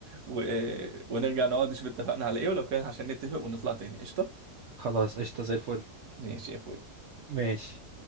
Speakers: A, on the right; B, on the right.
A: و... ونرجع نقعد نشوف اتفقنا على ايه ولو كده عشان نتفق ونطلع تاني قشطه
B: خلاص قشطة زي الفل
A: ماشي يا اخوي
B: ماشي